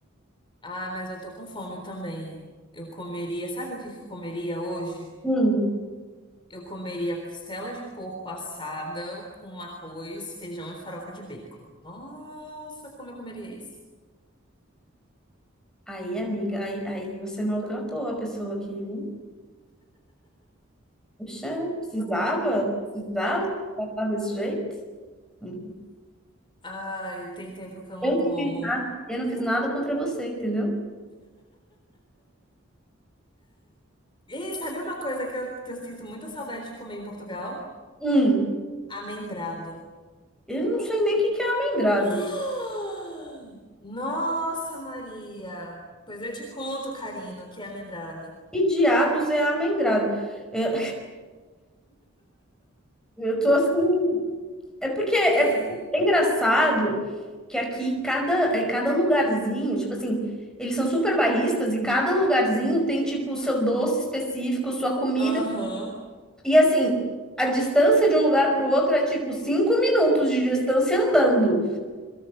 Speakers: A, on the left (about 25°); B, in the centre.
A: Ah, mas eu tô com fome também. Eu comeria, sabe o que que eu comeria hoje?
B: Hum.
A: Eu comeria costela de porco assada com arroz, feijão e farofa de bacon. Nossa, como eu comeria isso?
B: Aí, amiga, aí, aí você maltratou a pessoa aqui, viu? Puxa, precisava? Precisava tratar desse jeito? Uhum.
A: Ai, tem tempo que eu
B: Eu
A: não
B: não
A: como.
B: fiz, eu não fiz nada contra você, entendeu?
A: E sabe uma coisa que eu, que eu sinto muita saudade de comer em Portugal?
B: Hum,
A: Amendrado. <gasps>
B: eu não sei nem o que que é amendrado.
A: Ah! Nossa, Maria! Pois eu te conto, Carino, o que é amendrado.
B: Que diabos é amendrado? Eu, <laughs> eu tô assim. É porque é,
A: É,
B: porque é engraçado que aqui cada, é, cada lugarzinho, tipo assim, eles são super bairristas e cada lugarzinho tem tipo o seu doce específico, sua comida.
A: aham,
B: E assim, a distância de um lugar para o outro é tipo cinco minutos de distância andando.